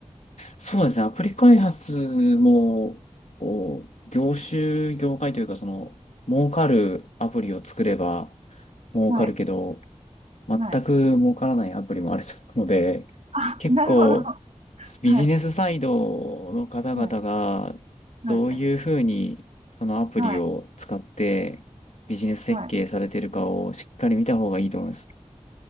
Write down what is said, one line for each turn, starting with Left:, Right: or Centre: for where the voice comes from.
Left: そうですね。アプリ開発も、こう、業種、業界というか、その、儲かるアプリを作れば儲かるけど、
Right: はい、
Left: 全く儲からないアプリもあると思うので、
Right: はい。あ、
Left: 結構
Right: なるほど。は
Left: ビジネスサイドの方々がどういうふうにそのアプリを使ってビジネス設計されてるかをしっかり見た方がいいと思います。
Right: い、はい、はい、はい、はい。